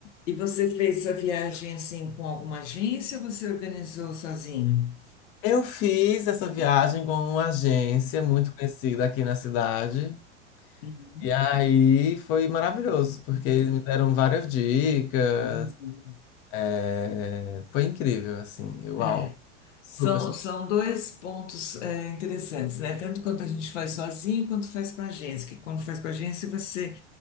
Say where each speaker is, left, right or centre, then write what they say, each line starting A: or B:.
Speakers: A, on the left (about 85°); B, on the left (about 40°).
A: E você fez essa viagem assim com alguma agência ou você organizou sozinho?
B: Eu fiz essa viagem com uma agência muito conhecida aqui na cidade.
A: Uhum,
B: E aí foi maravilhoso, porque
A: uhum,
B: eles me deram várias dicas.
A: uhum.
B: É, Foi incrível, assim. Uau,
A: É.
B: super,
A: São,
B: super.
A: são dois pontos, é, interessantes, né? Tanto quanto a gente faz sozinho, quanto faz com a agência. Que quando faz com a agência, você,